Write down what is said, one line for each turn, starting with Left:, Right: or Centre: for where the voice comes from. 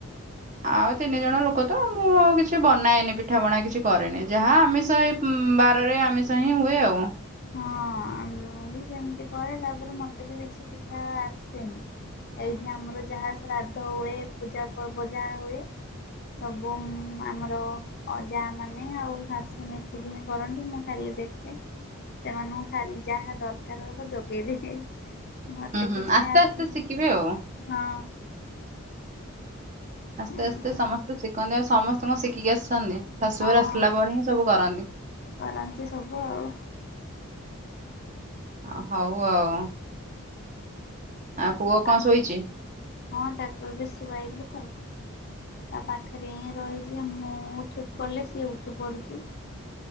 Right: ଆଉ
Left: ହଁ।
Right: ତିନି ଜଣ ଲୋକ ତ ମୁଁ କିଛି ବନାଏନି ପିଠା ପଣା କିଛି କରେନି ଯାହା ଆମିଷ ବାରରେ ଆମିଷ। ସେହି ହୁଏ ଆଉ।
Left: ହଁ ମୁଁ ବି ସେମିତି କରେ ତାପରେ ମତେ ବି କିଛି ପିଠା ଆସେନି। ଏଇଠି ଆମର ଯାହା ଶ୍ରାଦ୍ଧ ହୁଏ ପୂଜା ପର୍ବ ଯାହା ହୁଏ। ସବୁ ମୁଁ ଆମର ଅ ଯା ମାନେ ଆଉ ଶାଶୁ ମିଶିକି ହିଁ କରନ୍ତିୁ ମୁଁ ଖାଲି ଦେଖେ। ସେମାନଙ୍କୁ ଖାଲି ଯାହା ଦରକାର ହବ ଯୋଗେଇଦିଏ। ମତେ
Right: ହୁଁ ହୁଁ
Left: କିଛି
Right: ଆସ୍ତେ
Left: ଆସେନି।
Right: ଆସ୍ତେ ଶିଖିବେ ଆଉ।
Left: ହଁ।
Right: ଆସ୍ତେ
Left: ଏମିତି
Right: ଆସ୍ତେ ସମସ୍ତେ ଶିକନ୍ତି ଆଉ ସମସ୍ତଙ୍କ କଣ ଶିଖିକି ଆସନ୍ତି ଶାଶୁଘରେ
Left: ହଁ
Right: ଆସିଲା ପରେ ହିଁ ସବୁ କରନ୍ତି।
Left: କରନ୍ତି ସବୁ ଆଉ।
Right: ଅ ହଉ ଆଉ। ପୁଅ କଣ
Left: ଆଉ
Right: ଶୋଇଛି
Left: ହଁ ତାକୁ ଏବେ ଶୁଆଇଲି ତ। ତା ପାଖରେ ହିଁ ରହିଛି ମୁଁ ଉଠି ପଡ଼ିଲେ ସିଏ ଉଠି ପଡୁଛି।